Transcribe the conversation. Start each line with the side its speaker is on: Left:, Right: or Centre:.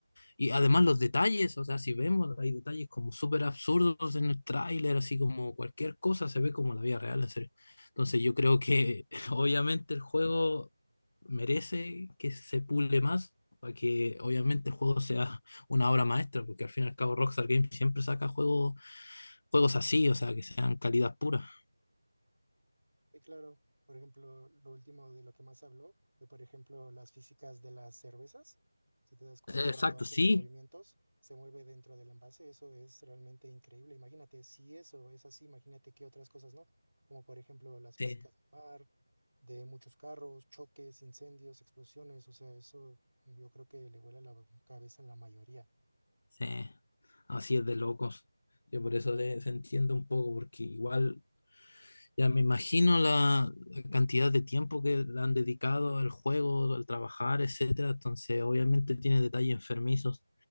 Left: y además los detalles, o sea, si vemos, hay detalles como súper absurdos en el tráiler, así como cualquier cosa se ve como la vida real, en serio. Entonces yo creo que <laughs> obviamente el juego merece que se pule más para que obviamente el juego sea una obra maestra, porque al fin y al cabo Rockstar Games siempre saca juegos, juegos así, o sea, que sean calidad pura.
Right: Sí, claro. Por ejemplo, lo último de lo que más habló fue, por ejemplo, las físicas de las cervezas. Si te das cuenta,
Left: Eh, Exacto,
Right: cuando hace
Left: sí,
Right: los movimientos, se mueve dentro del envase. Eso es realmente increíble. Imagínate, si eso es así, imagínate qué otras cosas, ¿no? Como por ejemplo las físicas
Left: sí,
Right: del mar, de muchos carros, choques, incendios, explosiones. O sea, eso yo creo que le vuela la cabeza a la mayoría.
Left: sí. Así es de locos. Yo por eso se entiendo un poco, porque igual Ya me imagino la, la cantidad de tiempo que le han dedicado al juego, al trabajar, etcétera. Entonces, obviamente tiene detalles enfermizos.